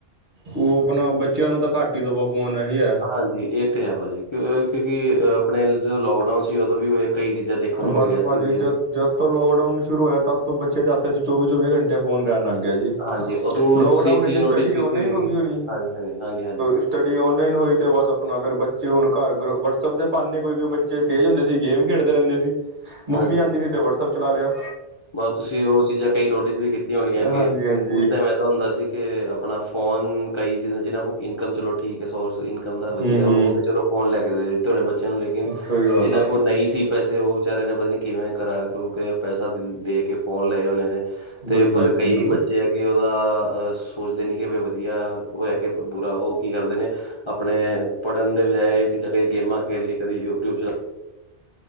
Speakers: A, on the right; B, on the left.
A: ਉਹ ਆਪਣਾ ਬੱਚਿਆਂ ਨੂੰ ਤਾਂ ਘੱਟ, ਹੀ ਦੇਵੋ ਫੋਨ ਇਹੀ ਹੈ
B: ਹਾਂਜੀ ਇਹ ਤੇ ਹੈ ਭਾਜੀ ਕਿਉਂਕਿ ਅ ਆਪਣੇ ਜਦੋਂ ਲੋਕਡਾਊਨ ਸੀ ਉਦੋਂ ਵੀ ਕਈ ਚੀਜ਼ਾਂ ਦੇਖਣ ਨੂੰ
A: ਬਸ
B: ਮਿਲੀਆਂ
A: ਭਾਜੀ
B: ਸੀਗੀਆਂ,
A: ਜਦ ਜਦ ਤੋਂ ਲੋਕਡਾਊਨ ਸ਼ੁਰੂ ਹੋਇਆ ਤਦ ਤੋਂ ਬਚੇ ਦੇ ਹੱਥ ਚੌਵੀ- ਚੌਵੀ ਘੰਟੇ ਫੋਨ ਰਹਿਣ ਲੱਗ ਗਿਆ ਜੀ,
B: ਹਾਂਜੀ, ਉਦੋਂ
A: ਲੋਕਡਾਊਨ
B: ਤੁਸੀਂ ਇੱਕ ਚੀਜ਼
A: ਵਿੱਚ
B: ਨੋਟਿਸ
A: ਸਟੱਡੀ
B: ਕੀਤੀ
A: ਓਨਲਾਈਨ
B: ਹੋਏਗੀ।
A: ਹੋ ਗਈ ਹੋਣੀ
B: ਹਾਂਜੀ, ਹਾਂਜੀ, ਹਾਂਜੀ, ਹਾਂਜੀ,
A: ਸਟੱਡੀ ਔਨਲਾਈਨ ਹੋਈ ਤੇ ਬਸ ਆਪਣਾ ਫਿਰ ਬੱਚੇ ਹੁਣ ਘਰ ਵਟਸਐਪ ਦੇ ਬਹਾਨੇ ਕੋਈ- ਕੋਈ ਬੱਚੇ ਤੇਜ਼ ਹੁੰਦੇ ਸੀ ਗੇਮ ਖੇਡਦੇ ਰਹਿੰਦੇ ਸੀ, ਮੰਮੀ
B: ਹਾਂਜੀ,
A: ਆਉਂਦੀ
B: ਹਾਂਜੀ।
A: ਸੀ ਤੇ ਵਟਸਐਪ ਚਲਾ ਲਿਆ।
B: ਬਸ ਤੁਸੀਂ ਉਹ ਚੀਜ਼ਾਂ ਕਈ ਨੋਟਿਸ ਵੀ ਕੀਤੀਆਂ ਹੋਣੀਆਂ ਕਿ,
A: ਹਾਂਜੀ ਹਾਂਜੀ
B: ਉਸ ਟਾਈਮ ਹੁੰਦਾ ਸੀ ਕਿ ਆਪਣਾ ਫੋਨ ਕਈ ਜੀਾਂ ਜਿਹਨਾਂ ਕੋਲ ਇਨਕਮ ਚਲੋ ਠੀਕ ਹੈ ਸੋਰਸ ਕੰਮ ਦਾ ਵਧੀਆ
A: ਹੂੰ ਹੂੰ
B: ਉਹ ਤੇ ਚਲੋ ਫੋਨ ਲੈ ਕੇ ਦੇ ਦਿੱਤੇ ਹੋਣੇ ਬੱਚਿਆਂ ਨੂੰ ਲੇਕਿਨ
A: ਸਹੀ ਗੱਲ
B: ਜਿੰਨਾ
A: ਆ
B: ਕੋਲ ਨਹੀਂ ਸੀ। ਪੈਸੇ ਉਹ ਵਿਚਾਰਿਆਂ ਨੇ ਪਤਾ ਨੀ ਕਿਵੇਂ ਕਰਾ ਕਰੂ ਕੇ ਪੈਸਾ ਦੇ ਕੇ ਫੋਨ ਲਏ ਹੋਣੇ ਨੇ ਤੇ
A: ਬਿਲਕੁਲ
B: ਪਰ
A: ਜੀ
B: ਕਈ
A: ਬਿਲਕੁਲ
B: ਬੱਚੇ ਹੈ ਅੱਗੇ ਉਹਦਾ ਸੋਚਦੇ ਨਹੀਂ ਕਿ ਵਧੀਆ ਉਹ ਹੈ ਕਿ ਬੁਰਾ ਉਹ ਕੀ ਕਰਦੇ ਨੇ ਆਪਣੇ ਪੜ੍ਹਨ ਦੇ ਬਜਾਏ ਇਹ ਚੀਜ਼ਾਂ ਕਦੇ ਗੇਮਾਂ ਖੇਡ ਲਈ ਕਦੀ ਯੂਟਿਊਬ ਚ